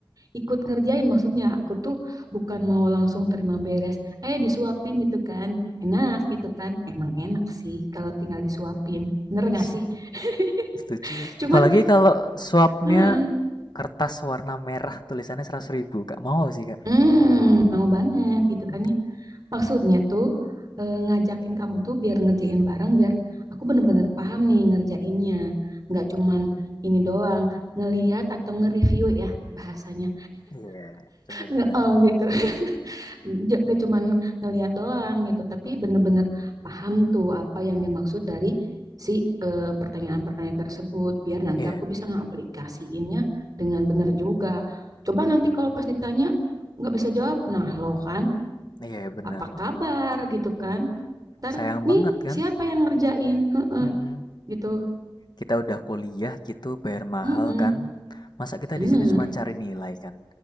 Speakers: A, on the right; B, on the left.
A: Ikut ngerjain maksudnya. Aku tuh bukan mau langsung terima beres. Eh disuapin gitu kan. Enak gitu kan. Emang enak sih kalau tinggal disuapin. Bener
B: S-
A: gak sih? <laughs>
B: Setuju.
A: Cuman
B: Apalagi kalau swapnya
A: heeh,
B: kertas warna merah tulisannya seratus ribu, Kak. Mau sih Kak.
A: Hmm, mau banget gitu
B: Mm.
A: kan ya. Maksudnya tuh, eee, ngajakin kamu tuh biar ngerjain bareng, biar aku bener-bener paham nih ngerjainnya. Nggak cuman ini doang, ngelihat atau nge-review ya bahasanya,
B: Iya, benar-benar.
A: heeh, gitu. <laughs> Ja nggak cuman ngelihat doang gitu, tapi bener-bener paham tuh apa yang dimaksud dari si, eee, pertanyaan-pertanyaan tersebut, biar nanti
B: Iya,
A: aku bisa ngeaplikasiinnya dengan bener juga. Coba nanti kalau pas ditanya nggak bisa jawab, nah lo kan
B: iya benar.
A: apa kabar gitu kan ntar
B: Sayang
A: nih
B: banget kan?
A: siapa yang ngerjain Heh,
B: Mm-mm.
A: gitu
B: kita udah kuliah gitu bayar mahal
A: Mm-mm.
B: kan masa kita
A: bener
B: di sini cuma cari nilai kan